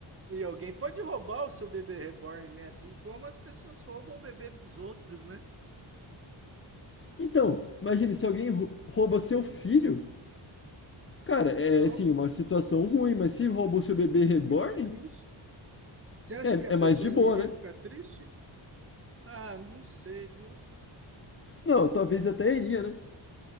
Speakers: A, on the right; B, on the left.
A: E alguém pode roubar o seu bebê reborn, né? Assim como as pessoas roubam o bebê dos outros, né?
B: Então, imagine se alguém rou- rouba seu filho, cara,
A: Então,
B: é é, assim, uma situação ruim, mas se rouba o seu bebê reborn,
A: muito triste. Você acha
B: é,
A: que a pessoa
B: é mais de boa,
A: não iria
B: né?
A: ficar triste? Ah, não sei, viu?
B: Não, talvez até iria, né?